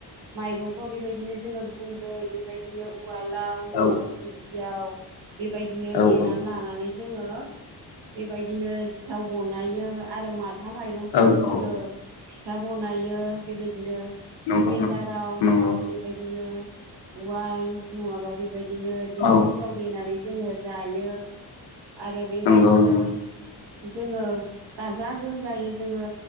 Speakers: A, on the right; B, on the left.
A: माइरंखौ बेबायदिनो जोङो गुन्दै बेबायदिनो उवालाव नङाबा
B: औ
A: दिखियाव बेबायदि
B: औ
A: देना लानानै जोङो बेबायदिनो सिथाव बनायो आरो मा था माइरंफोरखौ
B: औ
A: जोङो
B: औ
A: फिथा बनायो बेबायदिनो
B: नंगौ
A: ग्रेन्डाराव
B: नंगौ
A: नङाबा
B: नंगौ
A: बेबायदिनो उवाल नङाबा बेबाय दिनो दिंखिफोराव
B: औ
A: देनानै जोङो जायो आरो बेबायदिनो
B: नंगौ नंगौ
A: जोङो गाजा गोमजायो जोङो